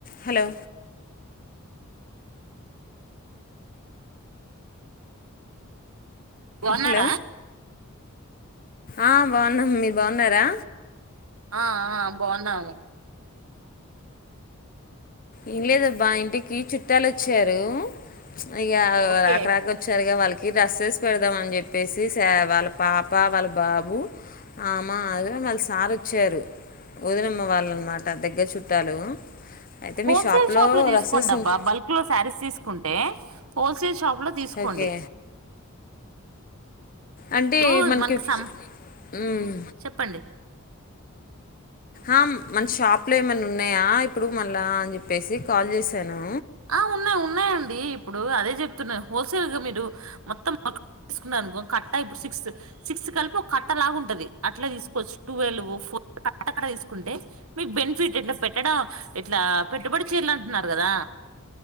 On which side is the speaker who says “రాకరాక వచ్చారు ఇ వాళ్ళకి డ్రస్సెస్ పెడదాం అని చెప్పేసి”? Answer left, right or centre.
Left